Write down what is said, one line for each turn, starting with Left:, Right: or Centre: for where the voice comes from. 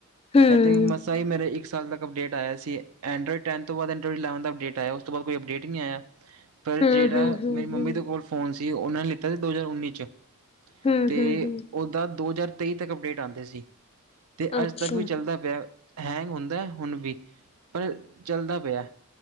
Left: ਹਮ
Right: ਏਦੇ ਮਸਾਂ ਈ ਮੇਰੇ ਇੱਕ ਸਾਲ ਤੱਕ ਅਪਡੇਟ ਆਇਆ ਸੀ, ਐਡਰਾਇਡ ਟੈਨ ਤੋਂ ਬਾਦ ਐਂਡਰਾਇਡ ਇਲੇਵਨ ਦਾ ਅਪਡੇਟ ਆਇਆ, ਉਸ ਤੋਂ ਬਾਦ ਕੋਈ ਅਪਡੇਟ ਈ ਨੀ ਆਇਆ। ਪਰ
Left: ਹਮ
Right: ਜੇੜਾ
Left: ਹਮ ਹਮ
Right: ਮੇਰੀ
Left: ਹਮ
Right: ਮੰਮੀ ਦੇ ਕੋਲ ਫੋਨ ਸੀ, ਓਨਾ ਲਿੱਤਾ ਸੀ ਦੋ ਹਜ਼ਾਰ ਉੱਨੀ 'ਚ।
Left: ਹਮ
Right: ਤੇ
Left: ਹਮ ਹਮ
Right: ਓਦਾ ਦੋ ਹਜ਼ਾਰ ਤੇਈ ਤੱਕ ਅਪਡੇਟ ਆਂਦੇ ਸੀ। ਤੇ
Left: ਅੱਛਾ
Right: ਅੱਜ ਤੱਕ ਵੀ ਚੱਲਦਾ ਪਯਾ ਹੈਂਗ ਹੁੰਦੈ ਹੁਨ ਵੀ ਪਰ ਚੱਲਦਾ ਪਯਾ।